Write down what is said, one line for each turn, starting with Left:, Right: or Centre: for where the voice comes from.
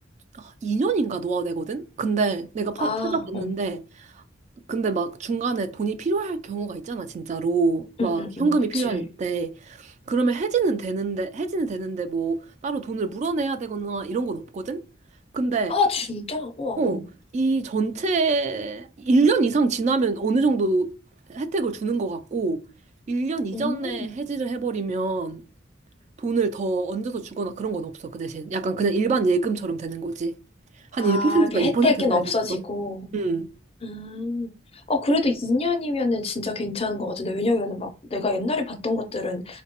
Right: 아, 2년인가 넣어야 되거든? 근데 내가 파-
Left: 아,
Right: 찾아봤는데,
Left: 응.
Right: 근데 막 중간에 돈이 필요할 경우가 있잖아, 진짜로. 막
Left: 응, 응,
Right: 현금이
Left: 응. 그치.
Right: 필요할 때. 그러면 해지는 되는데, 해지는 되는데 뭐 따로 돈을 물어내야 되거나 이런 건 없거든? 근데
Left: 아, 진짜? 우와,
Right: 어,
Left: 응.
Right: 이 전체 1년 이상 지나면 어느 정도 혜택을 주는 것 같고, 1년 이전에
Left: 음.
Right: 해지를 해버리면 돈을 더 얹어서 주거나 그런 건 없어, 그 대신. 약간 그냥 일반 예금처럼 되는 거지. 한
Left: 아,
Right: 1%가
Left: 그 혜택은
Right: 2%로
Left: 없어지고.
Right: 해서 줄걸? 음.
Left: 아, 어, 그래도 2년이면은 진짜 괜찮은 것 같은데, 왜냐면은 막 내가 옛날에 봤던 것들은